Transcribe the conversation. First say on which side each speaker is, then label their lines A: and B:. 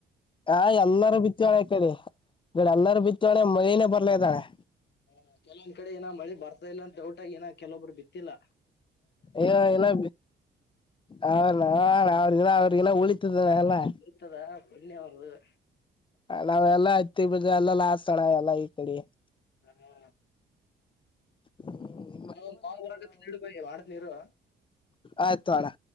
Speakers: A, on the left; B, on the left.
A: ಆ ಎಲ್ಲಾರು ಬಿತ್ತಾಳೆ ಮಳಿನ ಬರಲ್ಲರು ಬಿತ್ತ್ಯಾರ ಮದನೇ ಬರ್ಲೇ ಆಗಿದ ಅಣ್ಣಾ.
B: ಹ ಕೆಲೊಂದ್ ಕಡೆ ಏನ ಮಳೆ ಬರ್ತಾ ಇಲ್ಲ ಅಂತ ಡೌಟ್ಟಾಗಿ ಏನ ಕೆಲೊಬ್ರು ಬಿತ್ತಿಲ್ಲಾ
A: ಯ ಎಲ್ಲಾ ಅವ್ರಾ ಅವ್ರ ಅವ್ರಗನ ಉಳಿತದ ಎಲ್ಲಾ
B: ಇತದಾ ಪುಣ್ಯ ಅವರದು.
A: ನಾವೆಲ್ಲಾ ಹತ್ತಿ ಬಿಡ ಎಲ್ಲ ಲಾಸಣ ಎಲ್ಲಾ ಈ ಕಡೆ
B: ಹಾ ಹಾ
A: ಹುಂ
B: ನಂಗೊಂದು ಕಾಲ್ ಬರಕತೈತೆ ಇಡು ಬಾಯ್ ಮಾಡ್ತೀನಿ ಇರೊ
A: ಆಯ್ತು ತೊಗೋಣಾ